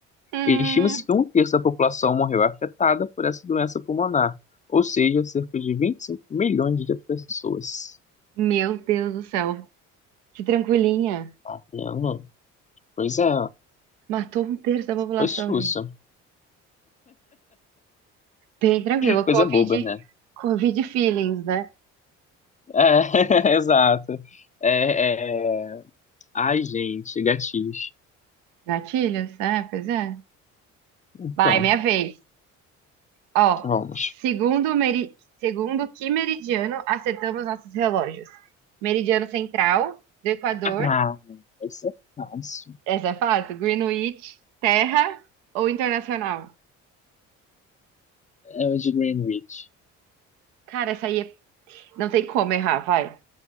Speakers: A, on the right; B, on the left.
A: Hum,
B: Estima-se que um terço da população morreu afetada por essa doença pulmonar, ou seja, cerca de 25 milhões de pessoas.
A: meu Deus do céu. Que tranquilinha.
B: Tá vendo? Pois é,
A: Matou um terço da população,
B: foi sussa.
A: gente. Bem tranquilo.
B: Coisa
A: Covid,
B: boba, né?
A: Covid feelings, né?
B: É, <laughs> exato. É, é... Ai, gente, gatilhos.
A: Gatilhos, é, pois é.
B: Então,
A: Vai, minha vez. Ó,
B: vamos.
A: segundo, meri... segundo que meridiano acertamos nossos relógios? Meridiano central, do Equador,
B: Ah, essa é fácil.
A: essa é fácil, Greenwich, terra ou internacional?
B: É o de Greenwich.
A: Cara, essa aí é... não tem como errar, vai.